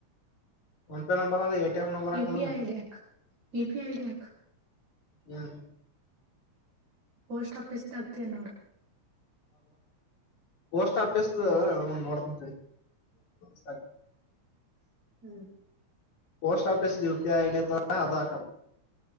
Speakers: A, on the left; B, on the right.
A: ಫೋನ್ ಪೇ ನಂಬರ್ ಅಂದ್ರ A T M number
B: U
A: ಹಾಕದಲ್ಲ
B: P I D U P I D ಹಾಕು.
A: ಹ್ಮ್
B: ಪೋಸ್ಟ್ ಆಫೀಸ್ ದಾಗ್ತೀಯ ನೋಡ್
A: ಪೋಸ್ಟ್ ಆಫೀಸ್. ಪೋಸ್ಟ್
B: ಹ್ಮ್
A: ನೋಡ್ತೀನಿ ತಾಡಿ.
B: ಹ್ಮ್
A: post office U P I ID ಇದೆ ಅದು ಹಾಕು.